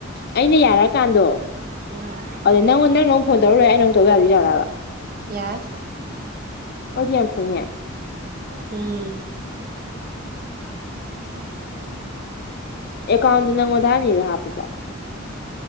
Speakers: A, on the left (about 50°); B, on the right (about 45°).
A: ꯑꯩꯅ ꯌꯥꯔꯀꯥꯟꯗꯣ
B: ꯎꯝ
A: ꯑꯗꯨꯗ ꯅꯪꯉꯣꯟꯗ ꯅꯪꯅ ꯐꯣꯟ ꯇꯧꯔ ꯂꯣꯏ ꯑꯩꯅ ꯃꯨꯛ ꯇꯧ ꯌꯥꯗꯣꯏꯖꯥꯂꯕ
B: ꯌꯥꯏ
A: ꯑꯣꯗꯤ ꯌꯥꯝ ꯐꯩꯩꯅꯦ
B: ꯎꯝ
A: ꯎ ꯑꯦꯀꯥꯎꯟꯗ ꯅꯪꯉꯣꯟꯗ ꯍꯥꯞꯅꯤꯗꯣ ꯍꯥꯞꯄꯕꯣ